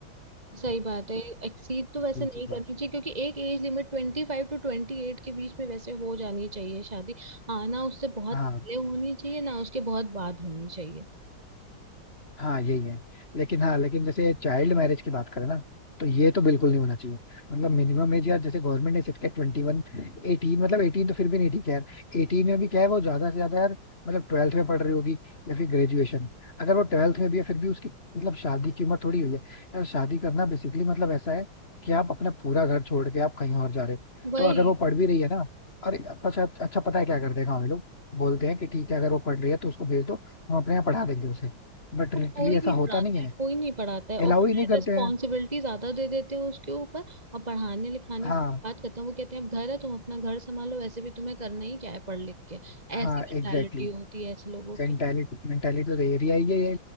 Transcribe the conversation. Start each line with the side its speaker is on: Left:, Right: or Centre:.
Right: सही बात है एक्सीड तो वैसे
Left: ये
Right: नहीं
Left: चीज है
Right: करनी चाहिए क्योंकि एक एज लिमिट ट्वेंटी फाइव टू ट्वेंटी एट के बीच में वैसे हो जानी चाहिए शादी हाँ ना उससे बहुत
Left: हाँ
Right: पहले होनी चाहिए ना उसके बहुत बाद होनी चाहिए
Left: हाँ यही है लेकिन हाँ लेकिन जैसे चाइल्ड मैरिज की बात करें ना तो ये तो बिल्कुल नहीं होना चाहिए मतलब मिनिमम एज यार जैसे गवर्नमेंट ने सेट किया ट्वेंटी वन एटीन मतलब एटीन तो फिर भी नहीं ठीक है यार एटीन में भी क्या है वो ज्यादा से ज्यादा यार मतलब ट्वेल्थ में पढ़ रही होगी या फिर ग्रेजुएशन अगर वो ट्वेल्थ में भी है फिर भी उसकी मतलब शादी की उम्र थोड़ी हुई है यार शादी करना बेसिकली मतलब ऐसा है कि आप अपना पूरा घर छोड़ के आप कहीं और जा रहे हो
Right: वही
Left: तो अगर वो पढ़ भी रही है ना और अच्छा अच्छा पता है क्या कर देगा हमें लोग बोलते हैं कि ठीक है अगर वो पढ़ रही है तो उसको भेज दो हम अपने यहाँ पढ़ा देंगे उसे बट लिटरली
Right: बट कोई
Left: ऐसा
Right: नहीं
Left: होता
Right: पढ़ाता
Left: नहीं
Right: है
Left: है
Right: कोई नहीं पढ़ाता है और
Left: अलाउ
Right: पता
Left: ही नहीं
Right: है
Left: करते
Right: रिस्पॉन्सिबिलिटी
Left: हैं
Right: ज्यादा दे देते हैं उसके ऊपर और पढ़ाने लिखाने
Left: हाँ
Right: की बात करता हूँ वो कहते हैं अब घर है तुम अपना घर संभालो वैसे भी तुम्हें करना ही क्या है पढ़ लिख के
Left: हाँ
Right: ऐसी मेंटालिटी
Left: एग्जैक्टली
Right: होती है ऐसे लोगों
Left: मेंटालिटी
Right: की
Left: मेंटालिटी तो ये रिया ये ये